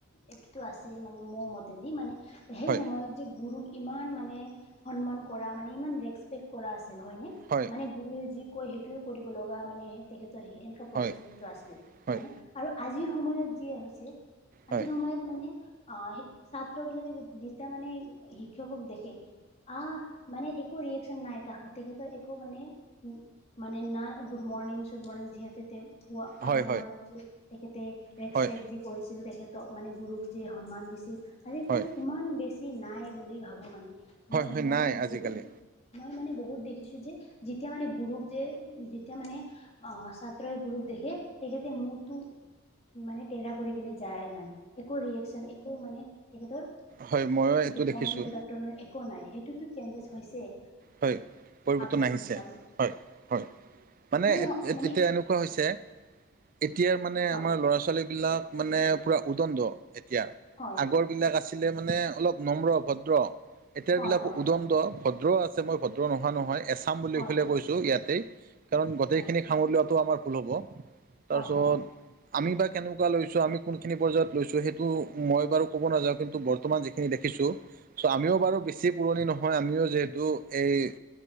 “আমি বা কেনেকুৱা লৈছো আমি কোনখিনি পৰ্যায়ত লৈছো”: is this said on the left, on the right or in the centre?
Right